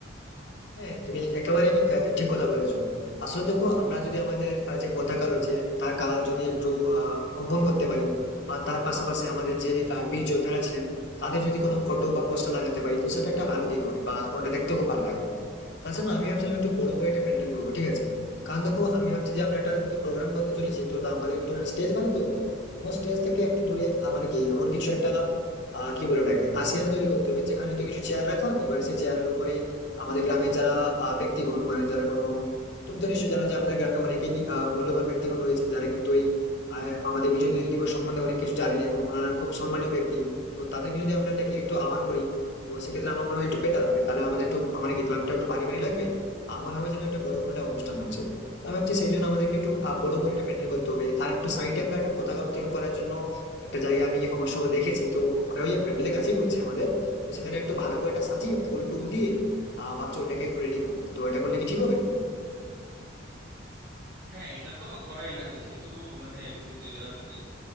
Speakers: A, on the left; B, on the right.
A: হ্যাঁ তুমি একেবারেই আহ, ঠিক কথা বলেছো আসলে দেখো আমরা যদি আমাদের আহ, যে পতাকা রয়েছে তার কালার যদি একটু আহ, অঙ্কন করতে পারি বা তার পাশাপাশি আমাদের যে আহ, বীর যোদ্ধারা ছিলেন তাদের যদি কোনো ফটো বা পোস্টার লাগাতে পারি তো সেটা একটা ভালো দিক হবে বা ওটা দেখতে খুব ভালো লাগবে তাছাড়া আমি ভাবছিলাম একটু বড় করে একটা প্যান্ডেল করবো ঠিক আছে কারণ দেখো আমি ভাবছি যে আমরা একটা যেহেতু প্রোগ্রাম করতে চলেছি তো তা আমাদেরকে তো একটা স্টেজ বানাতে হবে আমার স্টেজ থেকে একটু দূরে আমার কি এমন কিছু একটা আহ কি বলে ওটাকে আসিয়ানা তৈরি করতে হবে যেখানে হয়তো কিছু চেয়ার রাখলাম এবার সেই চেয়ারের উপরে আমাদের গ্রামে যারা আহ, ব্যক্তিগণ মানে যারা কোনো তুমি তো নিশ্চয়ই জানো যে আমাদের গ্রামে অনেকেই আহ, মূল্যবান ব্যক্তিগণ রয়েছেন যারা কিন্তু এই আহ, আমাদের বিজয় দিবস সম্বন্ধে অনেক কিছু জানেন এবং ওনারা খুব সম্মানীয় ব্যক্তি তো তাদেরকে যদি আমরা ডেকে একটু আহ্বান করি তো সেক্ষেত্রে আমার মনে হয় একটু বেটার হবে তাহলে আমাদের একটু মানে কি ক্লাবটা একটু ভারী ভারী লাগবে আমার মনে হবে যেন একটা বড় কোনো একটা অনুষ্ঠান আছে তো আমি ভাবছি সেই জন্য আমাদেরকে একটু আহ, বড় করে একটু প্যান্ডেল করতে হবে আর একটু সাইডে আমরা একটা পতাকা উত্তোলন করার জন্য একটা জায়গা আমি অবশ্য দেখেছি তো মানে ওই প্যান্ডেলের কাছেই করছি আমাদের তো সেখানে একটু ভালো করে এটা সাজিয়ে ফুল টুল দিয়ে আহ ভাবছি ওটাকে একটু রেডি করবো তো এটা করলে কি ঠিক হবে
B: হ্যাঁ এটা তো করাই লাগবে যেহেতু মানে বিজয় দি- আহ, বিদ- আহ,